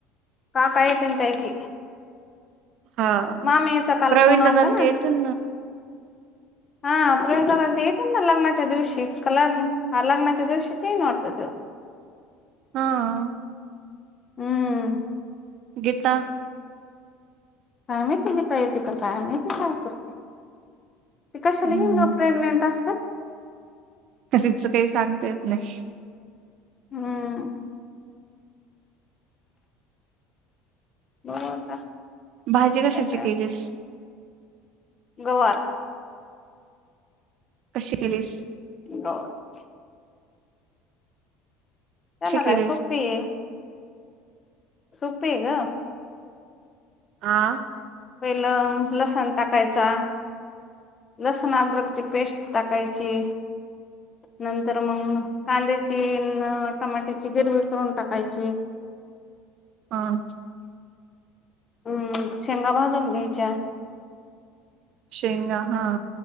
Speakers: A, on the left (about 35°); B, on the right (about 60°).
A: काका येतान कायकी
B: हा
A: मामीचा काल
B: प्रवीण
A: फोन आलता
B: दादान ते
A: ना
B: येतील
A: हा प्रवीण दादा अन ते येतील ना लग्नाच्या दिवशी कलांग हा लग्नाच्या दिवशीच येईल वाटत त्यो
B: हा.
A: हम्म.
B: गीता
A: काय माहिती गीता येते का, काय माहिती काय करते ती कशाला
B: हम्म
A: येईल ग प्रेग्नेंट अस
B: तिचं काही सांगता येत नाही
A: हम्म. बघू आता
B: भाजी कशाची
A: काय काय
B: केलीस?
A: गवार
B: कशी केलीस?
A: <unintelligible> त्याला
B: कशी
A: काय
B: केलीस
A: सोपी आहे. सोप्पी आहे ग
B: हा.
A: पहिलं लसण टाकायचा लसण अद्रकची पेस्ट टाकायची नंतर मग कांद्याची अन टमाट्याची ग्रेव्ही करून टाकायची
B: हा.
A: हम्म शेंगा भाजून घ्यायच्या
B: शेंगा हा